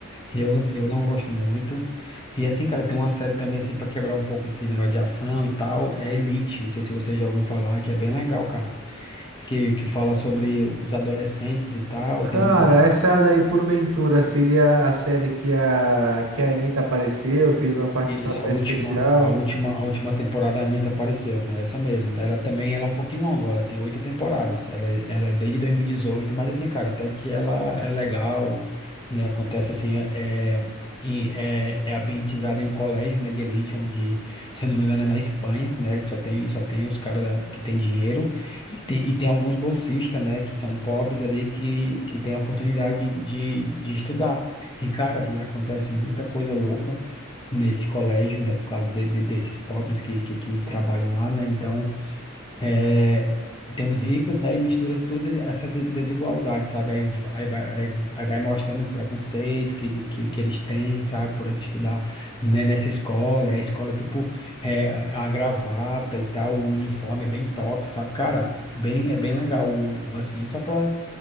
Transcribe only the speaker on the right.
Cara,
essa daí, porventura, seria a série que a, que a Anitta apareceu, fez uma participação
especial.